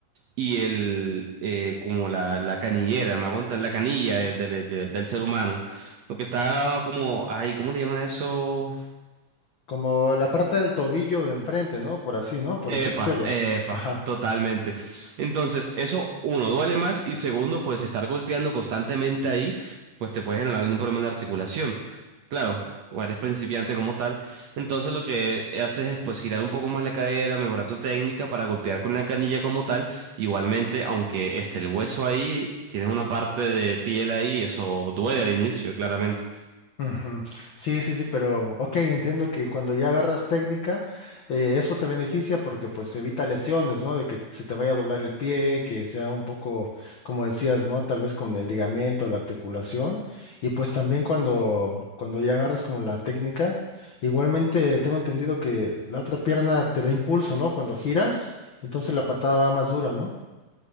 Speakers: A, on the right; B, on the left.
A: y el, eh, como la, la canillera, me aguantan la canilla de- de- de- del ser humano. Lo que está como, ay, ¿cómo le llaman a eso?
B: Como la parte del tobillo de enfrente, ¿no? Por así, ¿no? Por
A: Epa,
B: así decirlo.
A: epa,
B: Ajá.
A: totalmente. Entonces, eso, uno, duele más y segundo, pues estar golpeando constantemente ahí, pues te puede generar algún problema de articulación. Claro, o eres principiante como tal. Entonces lo que haces es pues girar un poco más la cadera, mejorar tu técnica para golpear con la canilla como tal. Igualmente, aunque esté el hueso ahí, tienes una parte de piel ahí, eso duele al inicio, claramente.
B: Ujú. Sí, sí, sí, pero ok, entiendo que cuando ya agarras técnica, eh, eso te beneficia porque pues evita lesiones, ¿no? De que se te vaya a doblar el pie, que sea un poco, como decías, ¿no? Tal vez con el ligamento, la articulación. Y pues también cuando, cuando ya agarras como la técnica, igualmente tengo entendido que la otra pierna te da impulso, ¿no? Cuando giras, entonces la patada va más dura, ¿no?